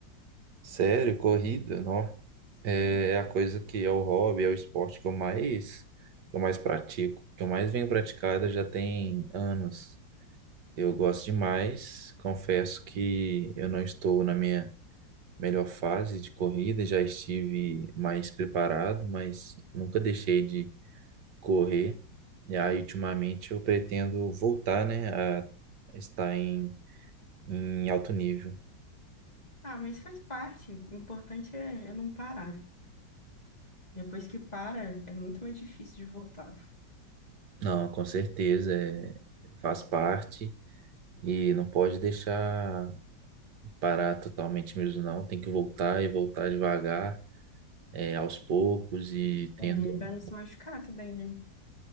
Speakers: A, on the right (about 65°); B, on the left (about 20°).
A: Sério, corrida, não.
B: Sim.
A: É é a coisa que é o hobby, é o esporte que eu mais, que eu mais pratico, que eu mais venho praticada já tem anos. Eu gosto demais, confesso que eu não estou na minha melhor fase de corrida, já estive mais preparado, mas nunca deixei de correr. E aí, ultimamente, eu pretendo voltar, né, a estar em, em alto nível.
B: Ah, mas faz parte. O importante é, é não parar. Depois que para, é muito mais difícil de voltar.
A: Não, com certeza, é, faz parte. E não pode deixar parar totalmente mesmo, não. Tem que voltar e voltar devagar, é, aos poucos e tendo.
B: É, para não se machucar também, né?